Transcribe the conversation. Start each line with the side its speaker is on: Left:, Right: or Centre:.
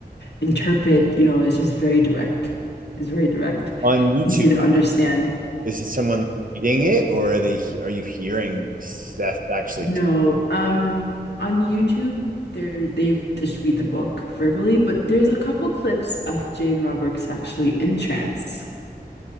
Left: interpret, you know, it's just very direct. It's very direct,
Right: On YouTube,
Left: easy to understand.
Right: is it someone reading it, or are they he- are you hearing Seth actually
Left: No,
Right: talk?
Left: um, on YouTube, there they just read the book verbally, but there's a couple clips of Jane Roberts actually in trance.